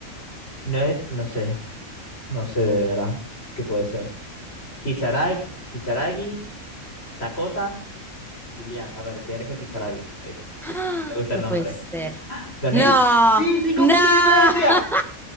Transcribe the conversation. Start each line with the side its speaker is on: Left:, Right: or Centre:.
Left: No es, no sé, no sé de verdad qué puede ser. Kisaragi, Kisaragi, Sakota, Julián. A ver, tiene que ser Kisaragi. Ahí está.
Centre: ¡Ah!
Left: Me gusta
Centre: <gasps> No
Left: el nombre.
Centre: puede ser.
Left: ¿Gané?
Centre: No,
Left: ¡Sí! ¡Cinco
Centre: no,
Left: puntos de diferencia!
Centre: <laughs>